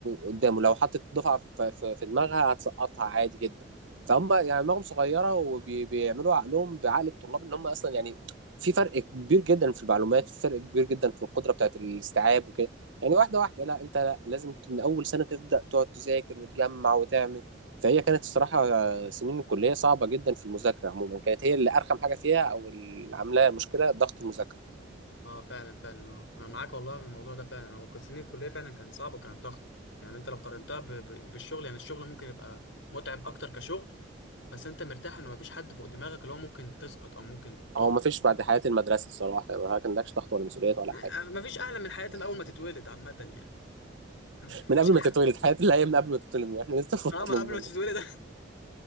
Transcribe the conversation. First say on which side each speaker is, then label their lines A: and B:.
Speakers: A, on the right (about 70°); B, on the left (about 80°).
A: قدامه لو حطت دفعه في, في, في دماغها هتسقطها عادي جدا فهم يعني دماغهم صغيره وبيعملوا عقلهم بعقل الطلاب ان هم اصلا يعني في فرق كبير جدا في المعلومات في فرق كبير جدا في القدره بتاعت الاستيعاب وكده يعني واحده واحده لا انت لا لازم من اول سنه تبدا تقعد تذاكر وتجمع وتعمل فهي كانت الصراحه سنين الكليه صعبه جدا في المذاكره عموما كانت هي اللي ارخم حاجه فيها او اللي عاملاها مشكله ضغط المذاكره
B: اه فعلا فعلا اه انا معاك والله في الموضوع ده فعلا هو كان سنين الكليه فعلا كانت صعبه وكانت ضغط يعني انت لو قارنتها ب... ب... بالشغل يعني الشغل ممكن يبقى متعب اكتر كشغل بس انت مرتاح ان مفيش حد فوق دماغك اللي هو ممكن تسقط او ممكن تقع
A: هو ما فيش بعد حياة المدرسة الصراحة يعني ما عندكش ضغط ولا مسؤوليات ولا
B: آه،
A: حاجة
B: مفيش اعلى من حياتنا
A: <laughs>
B: اول ما تتولد عامه يعني <laughs>
A: من
B: مش
A: قبل ما تتولد
B: اعلى
A: حياة اللي هي من قبل ما تتولد احنا لسه في بطن
B: اه ما
A: أمنا
B: قبل ما تتولد <laughs>